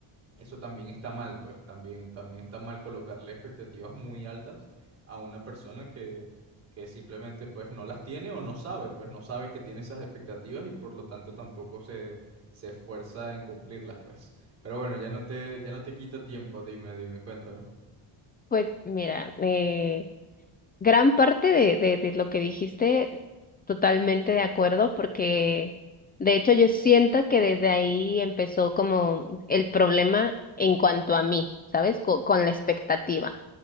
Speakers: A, on the right; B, on the left.
A: eso también está mal, pues también, también está mal colocarle expectativas muy altas a una persona que, que simplemente pues no las tiene o no sabe, pues no sabe que tiene esas expectativas y por lo tanto tampoco se, se esfuerza en cumplirlas, pues. Pero bueno, ya no te, ya no te quito tiempo, dime, dime, cuéntame.
B: Pues mira, eh, Gran parte de, de, de lo que dijiste, totalmente de acuerdo, porque de hecho yo siento que desde ahí empezó como el problema en cuanto a mí, ¿sabes? Co- Con, la expectativa,